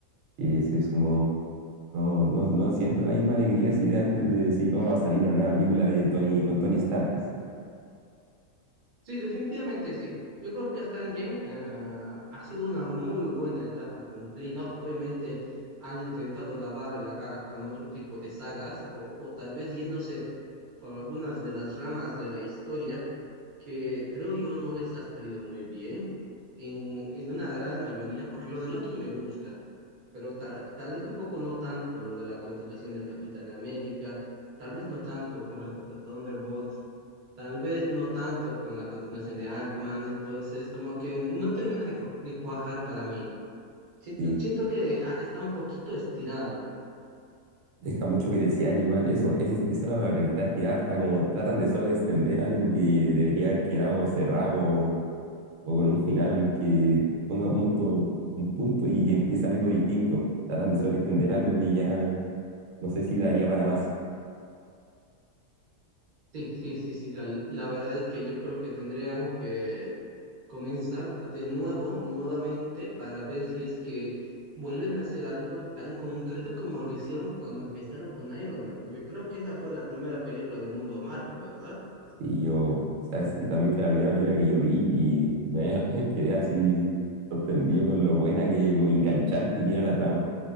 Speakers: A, on the right; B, on the right.
A: que se sumó. No, no, no siento la misma alegría así de antes de decir, oh, va a salir una nueva película de Tony, con Tony Stark, así.
B: Sí, definitivamente sí. Yo creo que hasta Endgame eh, ha sido una muy buena etapa cumplida. Obviamente han intentado lavarle la cara con otro tipo de sagas o, o tal vez yéndose por algunas de las ramas de la historia que creo yo no les ha salido muy bien en, en una gran mayoría, porque lo de Loki me gusta pero tal, tal vez un poco no tanto lo de la continuación del Capitán América, tal vez no tanto con respecto a Thunderbolts, tal vez no tanto con la continuación de Ant-Man, entonces como que no termina de, cu- de cuajar para mí. Siento,
A: Sí.
B: siento que ah, está un poquito estirado.
A: Deja mucho que desear igual. Eso, ese- esa es la palabra que está estirada. Está como tratan de sobreextender algo que debería haber quedado cerrado o con un final que ponga punto, un punto y que empiece algo distinto. Tratan de sobreextender algo que ya no sé si daría para más.
B: Sí, sí, sí, sí, la, la verdad es que yo creo que tendrían que comenzar de nuevo, nuevamente, para ver si es que vuelven a hacer algo tan concreto como lo hicieron cuando empezaron con Iron Man, porque creo que esa fue la primera película del mundo Marvel, ¿verdad?
A: Sí, yo, sabes, y también fue la primera película que yo vi y me <laughs> quedé así sorprendido con lo buena que, como enganchante que era la trama.